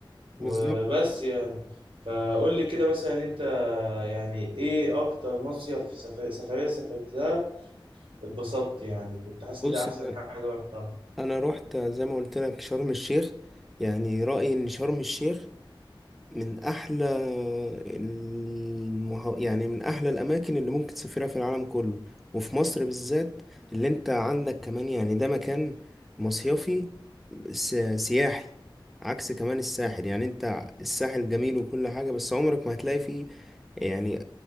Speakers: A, on the right (about 85°); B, in the centre.
A: وبس
B: بالظبط
A: يعني فقول لي كده مثلا أنت يعني إيه أكتر مصيف سفر- سفرية سافرتها اتبسطت يعني كنت حاسس
B: بص
A: ان ده احسن
B: انا
A: حاجه رحتها
B: انا رحت زي ما قلت لك شرم الشيخ يعني رأيي ان شرم الشيخ من احلى المه... يعني من احلى الاماكن اللي ممكن تسافرها في العالم كله وفي مصر بالذات اللي انت عندك كمان يعني ده مكان مصيفي س... سياحي عكس كمان الساحل يعني انت الساحل جميل وكل حاجة بس عمرك ما هتلاقي فيه يعني